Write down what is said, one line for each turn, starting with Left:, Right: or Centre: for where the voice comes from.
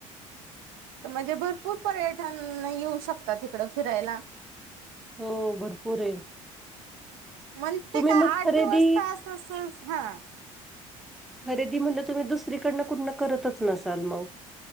Right: म्हणजे भरपूर पर्यटन येऊ शकतात इकडं फिरायला?
Centre: हो भरपूर आहे.
Right: म्हण ते
Centre: तुम्ही
Right: का
Centre: मग
Right: आठ
Centre: खरेदी
Right: दिवस टास्क अस हा.
Centre: खरेदी म्हटलं तुम्ही दुसरीकडनं कुठण करतच नसाल मग?